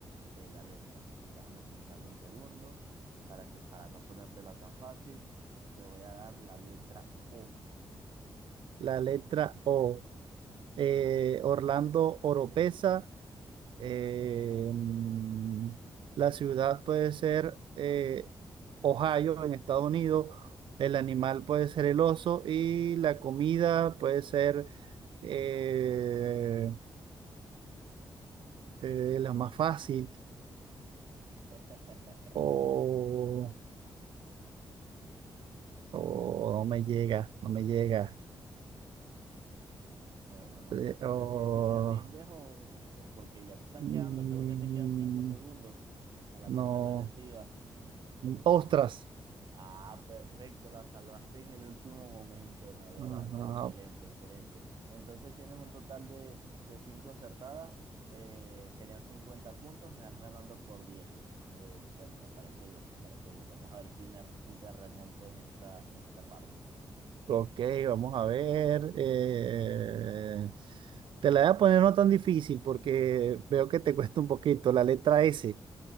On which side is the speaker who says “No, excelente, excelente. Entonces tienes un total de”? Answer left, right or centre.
Right